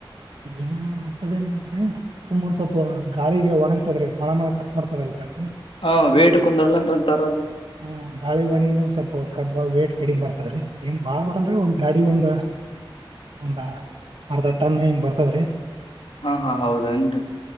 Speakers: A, on the right; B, on the left.
A: ಏನ್ ಹಂತಾದ ಏನಿಲ್ <unintelligible> ಕರೆನ ಸುಮ್ ಒಂದ್ ಸ್ವಲ್ಪ ಗಾಳಿಗೆ ಒಣಗ್ತದ್ರೀ ಮಳ ಮಳ ಕಟ್ ಮಾಡ್ತದಲ್ರಿ ಅದು <unintelligible>
B: ಹಾ ವೇಟ ಕುಂದರಲ್ಲ ಅಂದ ಅಂತಾರ ಅಲ್ಲ <unintelligible>
A: ಹ ಗಾಳಿ ಒಣಗಿ ಒಂದ್ ಸ್ವಲ್ಪ ಕಬ್ ವೇಟ್ ಕಡಿಮೆ ಬರ್ತದ್ರೀ ಏನ್ ಬಾಳ್ ಬರಲ್ರರಿ ಒಂದ್ ಗಾಡಿ ಒಂದ <unintelligible> ಒಂದ ಅರ್ಧ ಟನ್ ಹಿಂಗ ಬರ್ತದ್ರಿ. <unintelligible>
B: ಹ ಹಾ ಹೌದ ಏನ್ ರೀ <unintelligible>